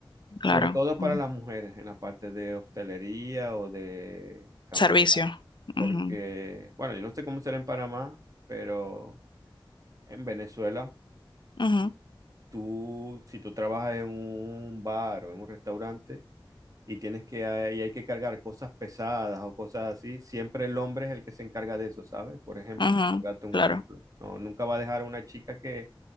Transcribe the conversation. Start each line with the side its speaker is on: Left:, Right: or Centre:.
Left: claro,
Right: Sobre todo
Left: mm,
Right: para las mujeres en la parte de hostelería o de camarera,
Left: servicio.
Right: porque,
Left: Ujú,
Right: bueno, yo no sé cómo será en Panamá, pero en Venezuela
Left: ujú,
Right: tú, si tú trabajas en un bar o en un restaurante y tienes que, ah, y hay que cargar cosas pesadas o cosas así, siempre el hombre es el que se encarga de eso, ¿sabes? Por ejemplo,
Left: ujú,
Right: por darte un
Left: claro.
Right: ejemplo. No, nunca va a dejar a una chica que,